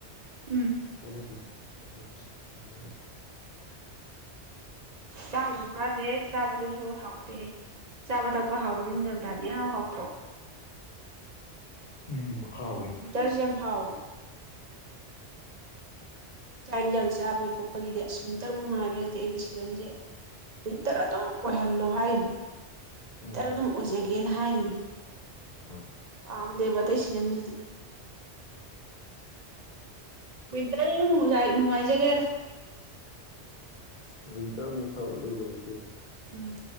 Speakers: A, on the right (about 40°); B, on the left (about 45°).
A: ꯎꯝ
B: ꯀꯅꯥ ꯀꯌꯥ ꯊꯃꯁ ꯃꯥ
A: ꯆꯥꯡꯗꯁꯨ ꯀꯥꯟꯗꯦ ꯆꯥꯕꯗꯨꯁꯨ ꯍꯥꯎꯇꯦ ꯆꯥꯕ ꯊꯛꯄ ꯍꯥꯎꯕꯗꯤ ꯅꯤꯡꯊꯝꯊꯥꯅꯦ ꯍꯥꯎ ꯍꯥꯎꯇ꯭ꯔꯣ
B: ꯎꯝ ꯍꯥꯎꯦ
A: ꯋꯤꯟꯇꯔꯁꯦ ꯌꯥꯝ ꯍꯥꯎꯕꯅꯦ ꯆꯥꯛ ꯌꯦꯟꯁꯥꯡ ꯆꯥꯕꯒꯤ ꯈꯣꯠꯄꯒꯤꯗꯤ ꯑꯁ ꯋꯤꯟꯇꯔꯃꯨꯛ ꯉꯥꯏꯕ ꯂꯩꯇꯦ ꯑꯩꯗꯤ ꯁꯤꯖꯟꯁꯦ ꯋꯤꯟꯇꯔ ꯑꯗꯨꯝ ꯑꯣꯏꯍꯜꯂꯣ ꯍꯥꯏꯔꯤꯕꯅꯤ ꯍꯦꯛꯇꯔ
B: ꯎꯝ
A: ꯑꯗꯨꯝ ꯑꯣꯏꯖꯒꯦꯅ ꯍꯥꯏꯔꯤꯅꯤ <inaudible>
B: ꯍꯣꯏ
A: ꯄꯥꯝꯗꯦꯕꯇꯩ ꯁꯤꯖꯟꯁꯤꯗꯤ ꯀ꯭ꯋꯟꯇꯔ ꯍꯧꯖꯒ ꯅꯨꯡꯉꯥꯏꯖꯒꯦꯗ
B: ꯑꯁ ꯋꯤꯟꯇꯔꯃꯨꯛ ꯐꯥꯎꯕ ꯂꯩꯕ ꯅꯠꯇꯦꯗ
A: ꯎꯝ